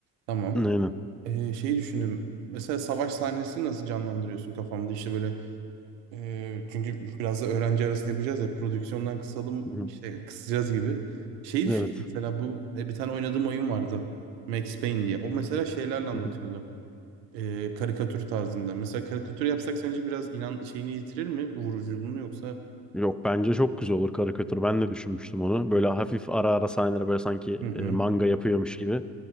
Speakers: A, on the right; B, in the centre.
A: Tamam.
B: Aynen.
A: Ee, şey düşündüm. Mesela savaş sahnesini nasıl canlandırıyorsun kafamda? İşte böyle e, çünkü biraz da öğrenci arasında yapacağız ya prodüksiyondan kısalım
B: Hı
A: işte kısacağız gibi. Şey düşündüm
B: Evet.
A: mesela bu e, bir tane oynadığım oyun vardı. Max Payne diye. O mesela şeylerle anlatıyordu.
B: Hı hı.
A: Ee, karikatür tarzında. Mesela karikatür yapsak sence biraz inan şeyini yitirir mi? Vuruculuğunu yoksa
B: Yok bence çok güzel olur karikatür. Ben de düşünmüştüm onu. Böyle hafif ara ara sahneler böyle sanki
A: Hı hı.
B: e, manga yapıyormuş gibi.